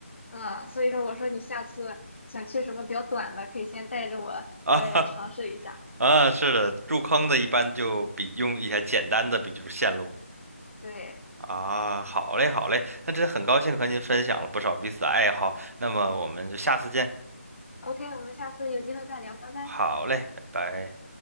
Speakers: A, on the left (about 55°); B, on the right (about 80°).
A: 嗯，所以说我说你下次想去什么比较短的，可以先带着我，
B: 啊
A: 我也尝试一下。
B: <laughs> 啊，是的，入坑的一般就比用一些简单的，比如线路
A: 对
B: 啊。好嘞，好嘞，那真的很高兴和您分享了不少彼此的爱好。那么我们就下次见。
A: ，OK，我们下次有机会再聊，拜拜。
B: 好嘞，拜拜。